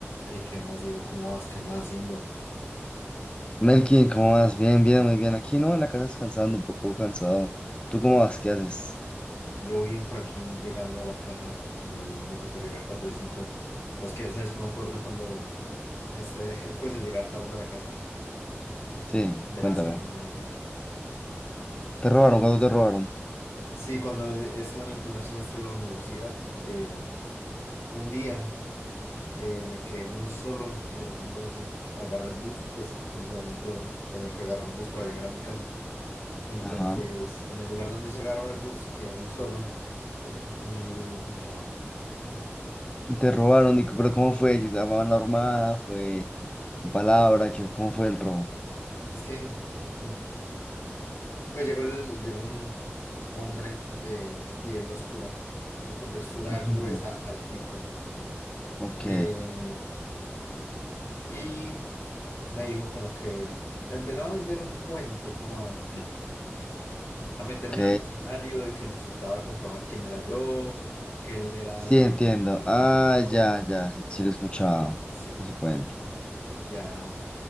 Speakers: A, on the left; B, on the left.
A: Ay, ¿qué más digo? ¿Cómo vas? ¿Qué andas haciendo?
B: Melkin, ¿cómo vas? Bien, bien, muy bien. Aquí no, en la casa descansando, un poco cansado. ¿Tú cómo vas? ¿Qué haces?
A: Yo bien por aquí llegando a la casa, me, voy- me tocó llegar tardecito. ¿Sabes qué? ¿Sabes qué me acuerdo cuando, este, <laughs> pues el llegar tarde a la casa?
B: Sí,
A: De
B: cuéntame.
A: las que probaron.
B: ¿Te robaron? ¿Cuándo te robaron?
A: Sí, cuando estaba en el primer semestre de la universidad, eh, un día eh, me quedé muy solo en el lugar donde agarré el bus, pues en ese momento tenía que agarrar el bus para llegar a mi casa. Entonces,
B: Ajá.
A: en el lugar donde se agarraba el bus, quedé muy solo y, y me robaron. <laughs>
B: ¿Te robaron? ¿Y c- pero cómo fue? ¿Si te llamaban la armada? ¿Fue con palabra? ¿Qué, cómo fue el robo?
A: Es que, mm, pues llegó, el- llegó un hombre de piel oscura, de contextura
B: <laughs> Ujú,
A: gruesa, altico,
B: Ok,
A: eh, y me dijo como que me empezaba a vender un cuento, como a, a meterme
B: ok.
A: en un escenario de que necesitaba comprobar quién era yo, que él era
B: Sí,
A: de
B: entiendo.
A: la que mandaba
B: Ah,
A: el montón.
B: ya, ya, sí, sí lo he escuchado.
A: sí,
B: Ese cuento.
A: y ya.